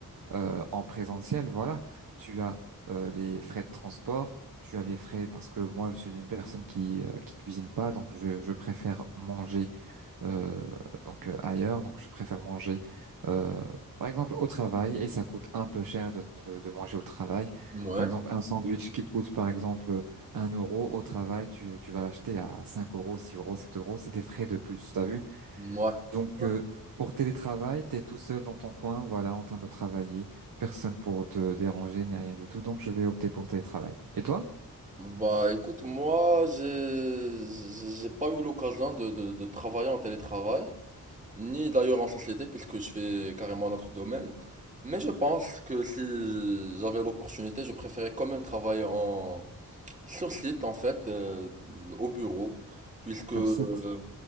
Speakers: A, on the right; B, on the right.
A: euh, en présentiel, voilà, tu as euh, les frais de transport, tu as les frais parce que moi, je suis une personne qui euh, qui cuisine pas, donc je, je préfère manger euh, donc euh, ailleurs, donc je préfère manger euh, par exemple au travail et ça coûte un peu cher de te- de manger au travail.
B: Ouais.
A: Par exemple, un sandwich qui coûte par exemple un euro au travail, tu, tu vas l'acheter à 5 euros, 6 euros, 7 euros, c'est des frais de plus. T'as vu?
B: Ouais.
A: Donc,
B: Ouais.
A: euh, pour télétravail, t'es tout seul dans ton coin, voilà, en train de travailler, personne pour te déranger ni rien du tout. Donc, je vais opter pour télétravail. Et toi?
B: Bah écoute, moi, j'ai j'ai j'ai pas eu l'occasion de, de, de travailler en télétravail. ni d'ailleurs en société puisque je fais carrément un autre domaine. Mais je pense que si j'avais l'opportunité, je préférais quand même travailler en sur site en fait euh, au bureau puisque euh,
A: Sur site.